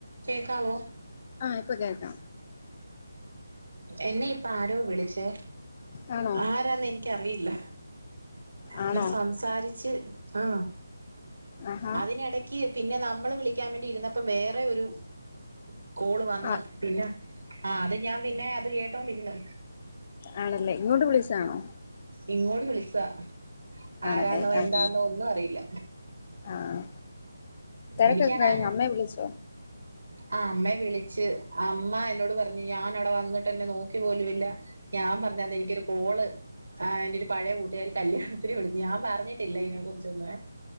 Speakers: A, on the right; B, on the left.
A: കേക്കാവോ?
B: ആഹ് ഇപ്പ കേക്കാം
A: എന്നെയിപ്പആരോ വിളിച്ചേ.
B: ആണോ
A: ആരാന്നെൻക്കറിയില്ല.
B: ആണോ
A: പിനെ സംസാരിച്ച്. ആഹ്
B: ആഹാ
A: അതിനെടയ്ക്ക് പിന്നെ നമ്മള് വിളിക്കാൻ വേണ്ടിയിരുന്നപ്പം വേറൊയൊരുകോള് വന്ന്.
B: ആ
A: പിന്നെ പി ആഹ് അത് ഞാൻ പിന്നെ അത് കേട്ടോണ്ടിരിന്ന്.
B: ആണല്ലേ. ഇങ്ങോട്ട് വിളിച്ചതാണോ?
A: ഇങ്ങോട്ട് വിളിച്ചതാ. ആരാന്നോ
B: ആണല്ലേ
A: എന്താന്നോ
B: ആഹ്
A: ഒന്നും അറിയില്ല.
B: ആഹ് തിരക്കൊക്കെ
A: എനിക്കാണേ
B: കഴിഞ്ഞോ
A: അങ്ങ്
B: അമ്മയെ വിളിച്ചോ
A: ആ അമ്മയെ വിളി ച്ച് അമ്മ എന്നോട് പറഞ് ഞാൻ അവടെ വന്നിട്ട് എന്നെ ന്നോക്കി പോലും ഇല്ല. ഞാൻ പറഞ് അതെനിക്കൊരു കോള് കോള് ആ എന്റൊരു പഴേ കൂട്ടുകാരി കല്യാണത്തിന് വിളിച്ചു. ഞാൻ പറഞ്ഞിട്ടില്ലയ്നെ കുറിച്ചൊന്നുവേ.